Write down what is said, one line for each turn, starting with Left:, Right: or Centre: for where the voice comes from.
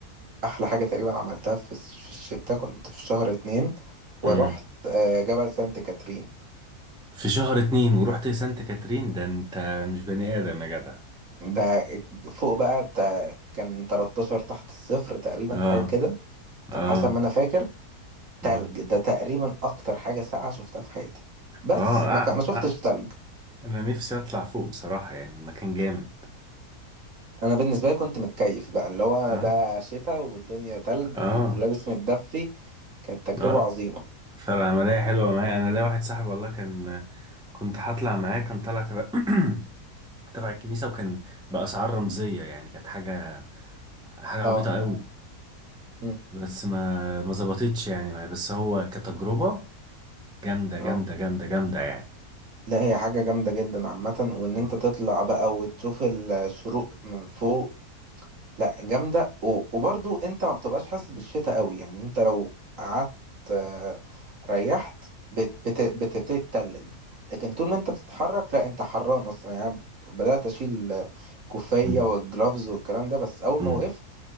Right: احلى حاجه تقريبا عملتها في الش- في الشتاء كنت في شهر اتنين
Centre: امم
Right: ورحت آه، جبل سانت كاترين
Centre: في شهر اتنين ورحت سانت كاترين ده انت مش بني ادم يا جدع
Right: ده فوق بقى تا- كان 13 تحت الصفر تقريبا
Centre: اه
Right: حاجه كده
Centre: اه
Right: على حسب ما انا فاكر
Centre: مم.
Right: تلج ده تقريبا اكتر حاجه ساقعه شفتها في حياتي بس
Centre: اه
Right: ما
Centre: آه،
Right: كان- ما شفتش
Centre: آه.
Right: تلج
Centre: انا نفسي اطلع فوق بصراحة يعني المكان جامد
Right: انا بالنسبه لي كنت متكيف بقى اللي هو أنا
Centre: اه
Right: ده شتاء والدنيا تلج
Centre: اه
Right: ولابس متدفي كانت تجربه
Centre: اه
Right: عظيمه
Centre: فالعملية حلوة معايا أنا ليا واحد صاحبي والله كان كنت هطلع معاه كان طالع تبع <clears throat> تبع الكنيسة وكان بأسعار رمزية يعني كانت حاجة حاجة
Right: اه
Centre: عبيطة قوي
Right: مم.
Centre: بس ما ما ظبطتش يعني معايا بس هو كتجربة جامدة
Right: اه
Centre: جامدة جامدة جامدة يعني
Right: لا هي حاجة جامدة جدا عامة وان
Centre: آه.
Right: انت تطلع بقى وتشوف الشروق من فوق لا جامدة و- وبرضو انت ما بتبقاش حاسس بالشتاء قوي يعني انت لو قعدت آه، ريحت بت- بت- بتبتدي تتلج لكن طول ما انت بتتحرك لا انت حران اصلا يعني أنا بدأت اشيل كوفية
Centre: مم.
Right: والجلافز والكلام ده بس اول
Centre: مم.
Right: ما وقفت